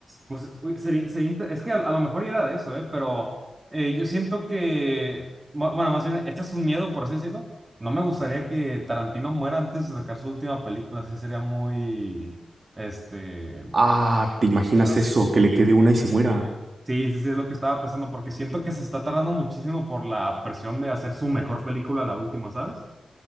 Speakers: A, on the right; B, on the right.
A: Pues uy, sería, sería inte- es que a, a lo mejor era de eso, ¿eh? Pero eh, yo siento que, bu- bueno, más bien, este es un miedo, por así decirlo. No me gustaría que Tarantino muera antes de sacar su última película, así sería muy, este...
B: Ah, ¿te imaginas
A: no.
B: eso? Que le quede una y se muera.
A: Sí, sí, sí, es lo que estaba pensando, porque siento que se está tardando muchísimo por la presión de hacer su mejor película, la última, ¿sabes?